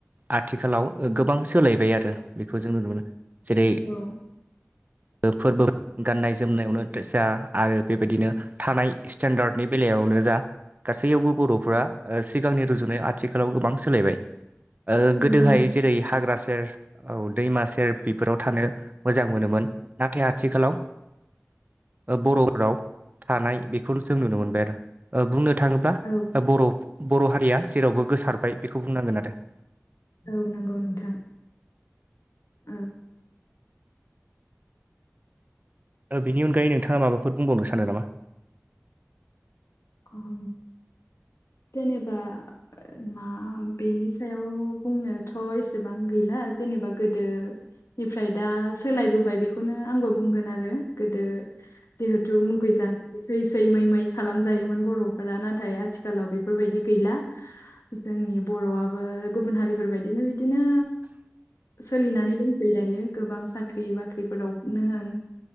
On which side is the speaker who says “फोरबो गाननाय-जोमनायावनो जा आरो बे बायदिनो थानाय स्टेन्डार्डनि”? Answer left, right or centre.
Right